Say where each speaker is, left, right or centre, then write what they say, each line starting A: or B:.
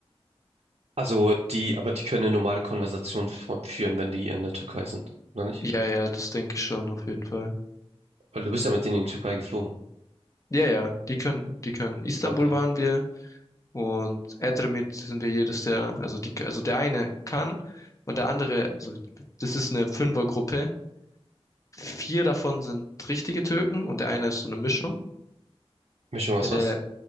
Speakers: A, on the right (about 70°); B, on the left (about 30°).
A: Also die, aber die können eine normale Konversation fü- führen, wenn die in der Türkei sind, oder nicht?
B: Ja, ja, das denke ich schon auf jeden Fall.
A: Weil du bist ja mit denen in die Türkei geflogen.
B: Ja, ja, die können, die können. Istanbul
A: Okay.
B: waren wir, Und Edremit sind wir jedes der, also die, also der eine kann und der andere, also das ist eine Fünfergruppe. Vier davon sind richtige Türken und der eine ist so eine Mischung,
A: Mischung aus
B: äh,
A: was?